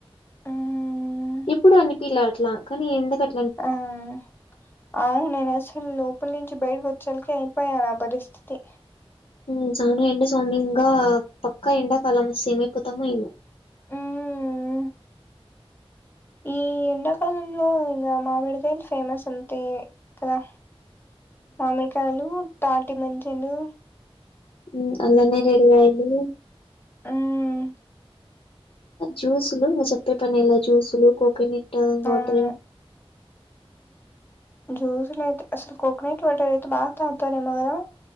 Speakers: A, on the left; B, on the left.
A: మ్మ్
B: ఎప్పుడు అనిపిలా అట్లా కానీ ఎందుకట్
A: ఆహ్ అవును నేను అసలు లోపల్ నుంచి బయ్టికొత్ చల్కి అయిపోయా నా పరిస్థితి
B: ఉహ్ చానా ఎండ సోమ్యంగా. పక్కా ఎండాకాలం వస్తే ఏమైపోతామో ఏమో.
A: మ్మ్ ఈ ఎండాకాలంలో ఇంగా మామిడికాయల్ ఫేమస్ అంతే కదా. మామిడికాయలు, తాటి ముంజ్ టెన్నే
B: ఉమ్మ్ అందాంగ్నే రెడీ అయిళ్ళు.
A: మ్మ్
B: జ్యూస్లు సేప్పె పనేలా జ్యూస్లు కోకోనేట్ వాట్రెం
A: అవును జ్యూసుల్ అయితే అసల్ కోకోనట్ వాటరైతే బా తాగుతారేమో గాదా.